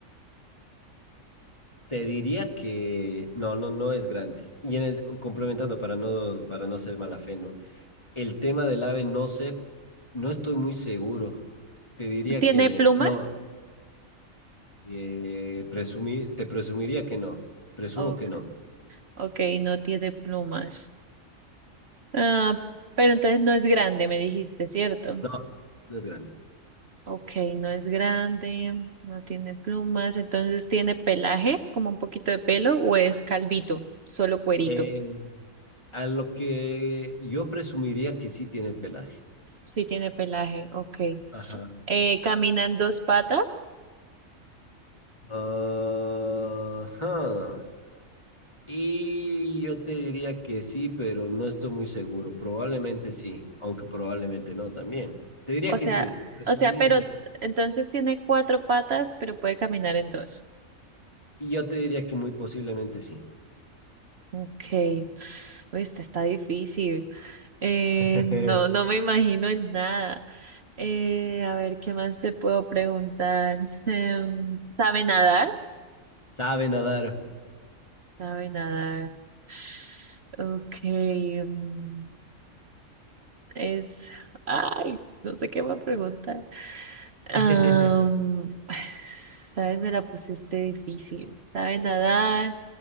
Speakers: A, on the left; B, on the right.
A: te diría que no, no, no es grande. Y en el complementando para no, para no ser mala fe, ¿no? El tema del ave, no sé, no estoy muy seguro. Te diría
B: ¿Tiene
A: que
B: plumas?
A: no. eh, presumí- te presumiría que no. Presumo
B: Ok,
A: que no.
B: ok, no tiene plumas. Ah, pero entonces no es grande, me dijiste, ¿cierto?
A: No, no es grande.
B: Ok, no es grande, no tiene plumas, entonces tiene pelaje, como un poquito de pelo, o es calvito, solo cuerito.
A: Eh, a lo que yo presumiría que sí tiene pelaje.
B: Sí tiene pelaje, ok.
A: Ajá.
B: Eh, camina en dos patas,
A: Ah, Ajá. Y yo te diría que sí, pero no estoy muy seguro. Probablemente sí, aunque probablemente no también. Te diría
B: o
A: que
B: sea,
A: sí. Presumiría
B: o sea, pero
A: que sí.
B: entonces tiene cuatro patas, pero puede caminar en dos.
A: Y yo te diría que muy posiblemente sí.
B: Ok. Uy, esta está difícil. Eh,
A: <laughs>
B: no, no me imagino en nada. Eh, a ver, ¿qué más te puedo preguntar? <laughs> Em, ¿sabe nadar?
A: Sabe nadar.
B: Sabe nadar. <sighs> Ok. mm, Es. Ay, no sé qué va a preguntar. Am,
A: <laughs>
B: <sighs> ¿sabes? Me la pusiste difícil. Sabe nadar,